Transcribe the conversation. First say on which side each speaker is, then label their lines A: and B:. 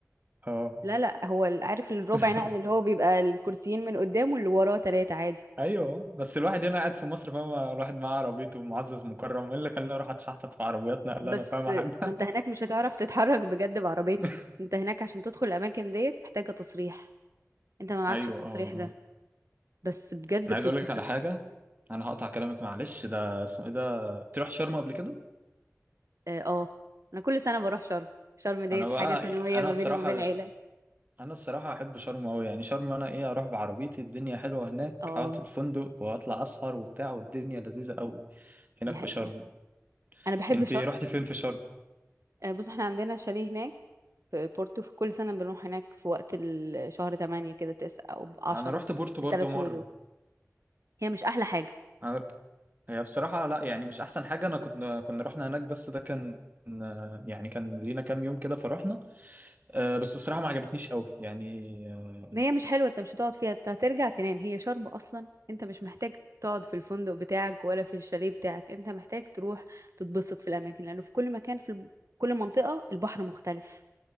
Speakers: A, on the right; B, on the right.
A: اه
B: لا لا هو ال- عارف الربع
A: <laughs>
B: نقل اللي هو بيبقى الكرسيين من قدام واللي وراه تلاتة عادي
A: ايوه بس الواحد هنا قاعد في مصر فاهمة الواحد معاه عربيته معزز مكرم ايه اللي خلاني اروح اتشحطط في عربيات نقل
B: بس
A: انا فاهمة حاجة
B: ما انت هناك مش هتعرف تتحرك بجد بعربيتك
A: <laughs>
B: انت هناك عشان تدخل الاماكن ديت محتاجة تصريح انت ما معكش
A: ايوه
B: التصريح
A: اه
B: ده بس بجد
A: انا
B: بتتبسط
A: عايز اقول لك على حاجه انا هقطع كلامك معلش ده اسمه ايه ده تروح شرم قبل كده
B: اه آه. انا كل سنة بروح شرم شرم ديت
A: انا بقى
B: حاجة سنوية
A: انا
B: ما
A: الصراحه
B: بيني وما بين العيلة
A: انا الصراحه احب شرم قوي يعني شرم انا ايه اروح بعربيتي الدنيا حلوه هناك
B: اه
A: اقعد في الفندق واطلع اسهر وبتاع والدنيا لذيذه قوي هناك
B: دي حقيقة
A: في شرم
B: انا بحب
A: انت
B: شرم
A: رحت فين في شرم
B: آه، بص احنا عندنا شاليه هناك في بورتو في كل سنة بنروح هناك في وقت ال- شهر 8 كده 9 او 10
A: انا رحت بورتو
B: في
A: برضه
B: الثلاث
A: مره
B: شهور دول هي مش احلى حاجة
A: أنا... هي بصراحه لا يعني مش احسن حاجه انا كنا كنا رحنا هناك بس ده كان يعني كان لينا كام يوم كده فرحنا أه بس الصراحه ما عجبتنيش قوي يعني آه،
B: ما هي مش حلوة انت مش هتقعد فيها انت هترجع تنام هي شرب اصلا انت مش محتاج تقعد في الفندق بتاعك ولا في الشاليه بتاعك انت محتاج تروح تتبسط في الاماكن لانه في كل مكان في ال- كل منطقة البحر مختلف